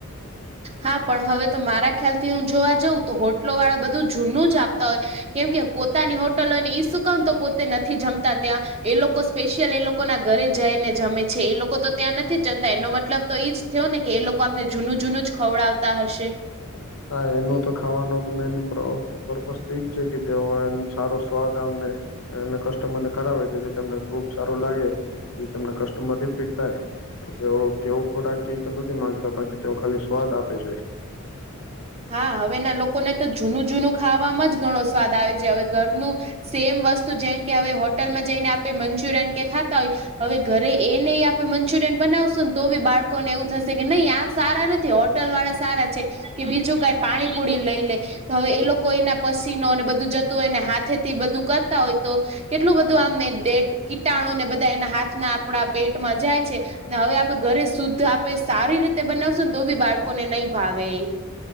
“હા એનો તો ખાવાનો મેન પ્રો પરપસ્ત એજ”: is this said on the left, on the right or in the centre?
Left